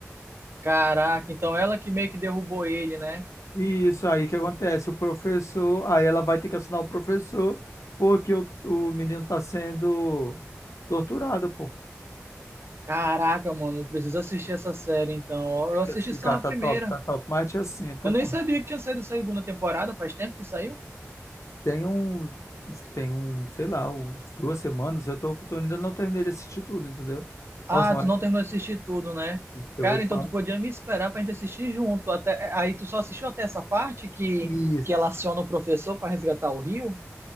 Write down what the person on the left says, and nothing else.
E isso aí que acontece. O professor, aí ela vai ter que assinar o professor, porque o, o menino tá sendo torturado, pô.
Tem
que assistir,
cara,
tá
top, tá top. Mas, tia, assim, eu tô
com
Tem um, tem um, sei lá, uns duas semanas, eu tô, eu ainda não terminei de assistir tudo, entendeu?
Nossa, mas
eu
vou te
falar.
Isso,